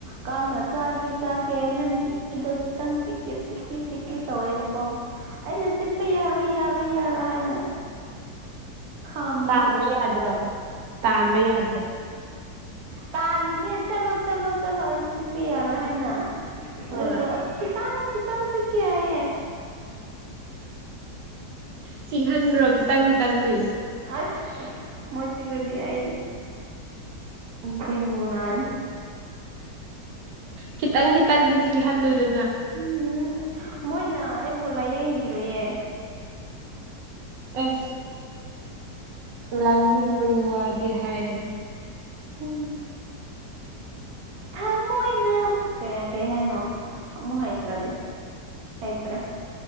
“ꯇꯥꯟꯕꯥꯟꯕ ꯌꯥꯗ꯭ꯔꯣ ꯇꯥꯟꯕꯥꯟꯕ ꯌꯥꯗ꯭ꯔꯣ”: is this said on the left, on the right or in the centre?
Right